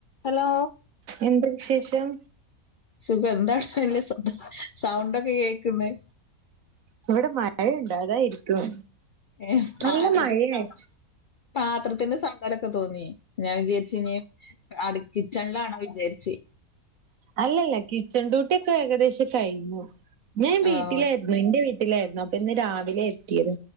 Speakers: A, on the left; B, on the right.
A: Hello
B: എന്താ വിശേഷം
A: സുഖം എന്താ <unintelligible> സൗണ്ടൊക്കെ കേക്കുന്നെ
B: ഇവിടെ മഴ ഇണ്ട അതായിരിക്കും
A: ഏ പാത്രത്തിന്റെ
B: നല്ല മഴയായി
A: സൗ പാത്രത്തിന്റെ സൗണ്ടോലൊക്കെ തോന്നി ഞാൻ വിചാരിച്ചി ഇഞ് അടു ക്കിച്ചണിലാണോ വിചാരിച്ചി
B: അല്ലല്ല കിച്ചൺ ഡ്യൂട്ടിയൊക്കെ ഏകദേശം കഴിഞ്ഞു ഞാൻ വീട്ടിലായിരുന്നു
A: ആഹ്
B: ന്റെ വീ ട്ടിലായിരുന്നു അപ്പൊ ഇന്ന് രാവിലെ എത്തിയത്